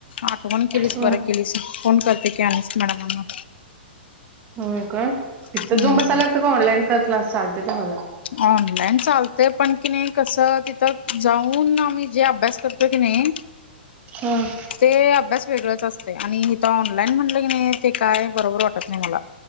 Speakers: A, on the left; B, on the right.
A: आठवण केलीस
B: हा
A: बरं केलीस. फोन करते की आणिस मॅडमना
B: हो का तिथं
A: हम्म
B: जुम बसायला लागतं का ऑनलाईन का क्लास चालते तुम्हाला?
A: ऑनलाईन चालतंय पण कि नाही कस तिथं जाऊन आम्ही जे अभ्यास कर तिथे की नही
B: हम्म.
A: ते अभ्यास वेगळंच असतये आणि हीत ऑनलाईन म्हणलं की नाही ते काय बरोबर वाटत नाही मला.